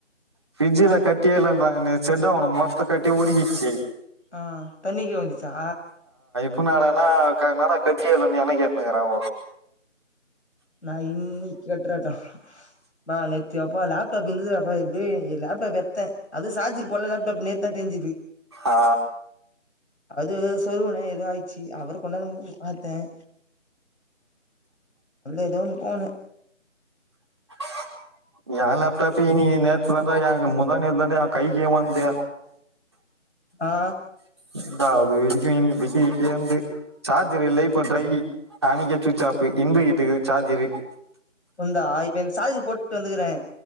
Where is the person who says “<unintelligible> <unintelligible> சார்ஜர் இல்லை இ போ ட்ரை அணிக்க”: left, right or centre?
Right